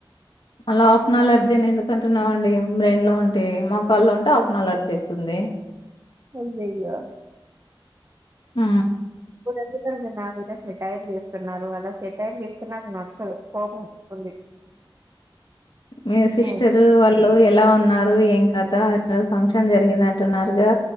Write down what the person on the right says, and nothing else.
అయ్యోయ్యో
ఎందుకొ నా మీద సెటైర్లు ఏస్తున్నారు కదా సెటైర్లు ఏస్తే నాకు నచ్చదు కోపం వస్తుంది
హ్మ్.